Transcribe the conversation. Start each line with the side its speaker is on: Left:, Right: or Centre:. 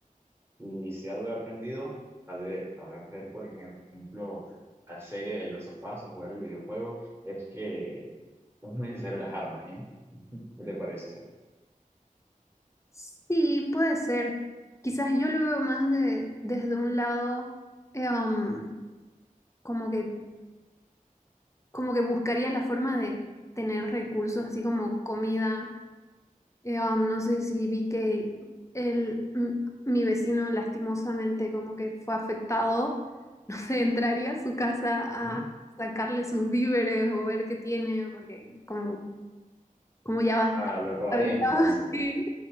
Right: Y si algo he aprendido, tal vez para ver, por ejemplo, la serie de las of Us o jugar el videojuego, es que no es muy necesario las armas, ¿eh? ¿Qué te parece?
Left: Sí, puede ser. Quizás yo lo veo más de- desde un lado, eh, um, como que, como que buscaría la forma de tener recursos, así como comida Eh, um, no sé si vi que el, m- mi vecino lastimosamente como que fue afectado, <laughs> no sé, entraría a su casa
Right: Ujú.
Left: a sacarle sus víveres o ver qué tiene, porque como, como ya basta.
Right: Ah, lo robarías
Left: <laughs>
Right: entonces.
Left: Sí,